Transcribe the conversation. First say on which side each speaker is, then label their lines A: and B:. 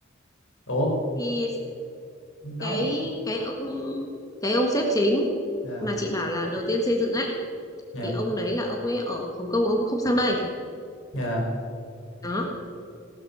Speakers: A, on the left (about 80°); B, on the left (about 20°).
A: ủa
B: thì
A: nói
B: cái
A: một
B: cái ông cái ông sếp chính
A: dạ
B: mà chị bảo là đầu tiên xây dựng ấy
A: dạ
B: thì ông đấy là ông ấy ở Hồng Kông ông không sang đây
A: dạ
B: đó